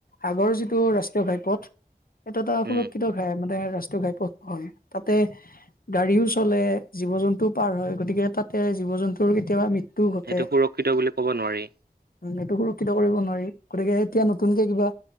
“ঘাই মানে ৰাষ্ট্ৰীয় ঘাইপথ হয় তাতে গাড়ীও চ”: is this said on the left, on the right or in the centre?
Left